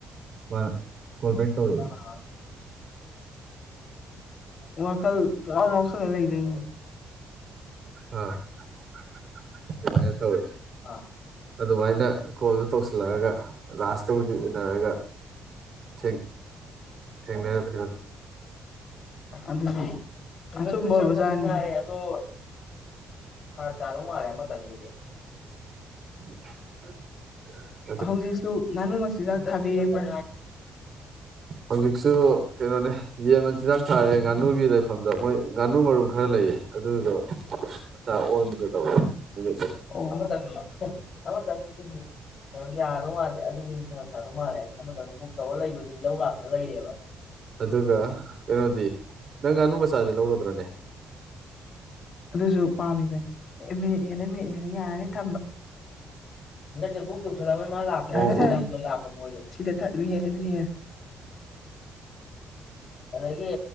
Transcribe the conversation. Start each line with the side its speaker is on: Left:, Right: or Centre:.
Right: ꯃꯥꯅ ꯈꯣꯜꯕ‌ꯦꯛ ꯇꯧꯔꯛꯏ
Left: <unintelligible> ꯋꯥꯈꯜ ꯄꯨꯉ‌ꯥꯎ ꯉꯥꯎꯁꯜꯂ ꯂꯩꯕꯩꯅꯦ
Right: ꯑꯥ <unintelligible> ꯇꯧꯋꯦ
Left: ꯑꯥ
Right: ꯑꯗꯨꯃꯥꯏꯅ ꯀꯣꯜꯗꯣ ꯇꯧꯁꯤꯜꯂꯛꯑꯒ ꯂꯥꯁꯇꯕꯨꯗꯤ ꯎꯅꯔꯒ ꯊꯦꯡ ꯊ‌‌ꯦꯡꯅꯔ ꯄꯤꯔꯝꯃꯤ
Left: ꯑꯗꯨꯗꯤ ꯑꯆꯨꯝꯕ ꯑꯣꯏꯕꯖꯥꯅꯤ ꯑꯗ‌ꯣ ꯐꯥꯔꯛ ꯇꯥꯗꯧ ꯃꯥꯜꯂꯦ ꯑꯃꯇꯪꯗꯨꯗꯤ
Right: <unintelligible>
Left: ꯍꯧꯖꯤꯛꯁꯨ ꯉꯥꯅꯨ ꯃꯆꯤꯟꯖꯥꯛ ꯊꯥꯕꯤꯔꯤꯕ꯭ꯔꯥ
Right: ꯍꯧꯖꯤꯛꯁꯨ ꯀꯩꯅꯣꯅꯦ ꯌꯦꯟ ꯃꯆꯤꯟꯖꯥꯛ ꯊꯥꯔꯦ ꯉꯥꯅꯨꯒꯤ ꯂꯩꯐꯝꯗ ꯃꯣꯏ ꯉꯥꯅꯨ ꯃꯔꯨꯝ ꯈꯔ ꯂꯩꯌꯦ ꯑꯗꯨꯗꯣ ꯃꯆꯥ ꯑꯣꯟꯒꯗꯧꯔ‌ꯦ ꯗꯨꯒꯤ
Left: ꯑꯣ ꯑꯃꯇꯪꯂ‌ꯣ ꯑꯃꯇꯪꯗꯨꯗꯤ ꯌꯥꯗꯧ ꯃꯥꯟꯗ‌ꯦ ꯑꯗꯨꯅꯤ ꯐꯥꯔꯛꯇꯥꯗꯧ ꯃꯥꯜꯂꯦ ꯍꯥꯏꯒꯦ ꯑꯃꯇꯪ ꯕꯨꯛ ꯇꯧꯔ ꯂꯩꯕ ꯃꯤ ꯂꯧ ꯂꯥꯛꯇ ꯂꯩꯔꯦꯕ
Right: ꯑꯗꯨꯒ ꯀꯩꯅꯣꯗꯤ ꯅꯪ ꯉꯥꯅꯨ ꯃꯆꯥꯖꯤ ꯂꯧꯒꯗ꯭ꯔꯅꯦ
Left: ꯑꯗꯨꯁꯨ ꯄꯥꯝꯃꯤꯕꯅꯦ ꯑꯦ ꯃꯤꯅꯤꯠ ꯍꯦꯜꯂꯦ ꯃꯤꯅꯤꯠ ꯍꯦꯜꯂꯦ ꯌꯥꯔꯅꯤ ꯊꯝꯕ ꯅ ꯕꯨꯛ ꯇꯧꯁꯜꯂꯝ‌ <unintelligible> ꯊꯝꯃ‌ꯦ
Right: ꯃꯑꯣꯡ
Left: ꯊꯝꯃ‌ꯦ <unintelligible> ꯁꯤꯗ ꯃꯤꯅꯠ ꯍꯦꯟꯂ‌ꯦ ꯃꯤꯅꯠ ꯍꯦꯟꯂꯦ ꯑꯗꯒꯤ